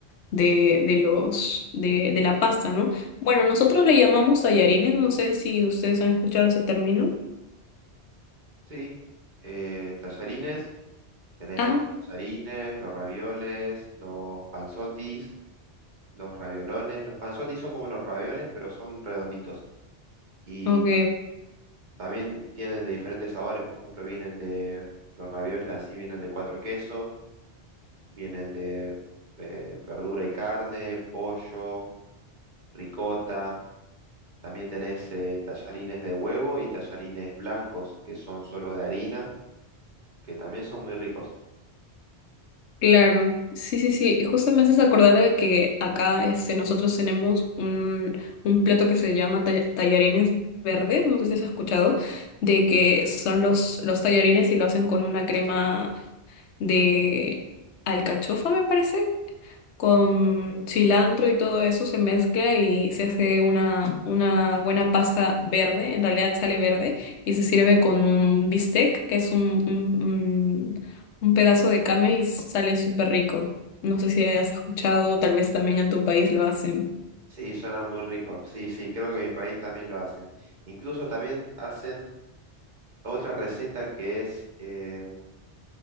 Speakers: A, on the left; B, on the right.
A: de, de los, de, de la pasta, ¿no? Bueno, nosotros le llamamos tallarines, no sé si ustedes han escuchado ese término.
B: Sí, eh, tallarines, tenés
A: Ajá,
B: los tallarines, los ravioles, los panzotis, los raviolones. Los panzotis son como los ravioles, pero son redonditos. Y
A: ok,
B: también tienen de diferentes sabores, por ejemplo, vienen de los ravioles así, vienen de cuatro quesos, vienen de eh, verdura y carne, pollo, ricota. También tenés eh, tallarines de huevo y tallarines blancos, que son solo de harina, que también son muy ricos.
A: Claro, sí, sí, sí. Y justo me haces acordar de que acá este, nosotros tenemos un, un plato que se llama talla- tallarines verdes, no sé si has escuchado, de que son los, los tallarines y lo hacen con una crema de alcachofa, me parece, con cilantro y todo eso se mezcla y se hace una, una buena pasta verde, en realidad sale verde, y se sirve con un bistec, que es un, un, un- un pedazo de carne y sale súper rico. No sé si has escuchado, o tal vez también en tu país lo hacen.
B: Sí, suena muy rico. Sí, sí, creo que en mi país también lo hacen. Incluso también hacen otra receta que es eh,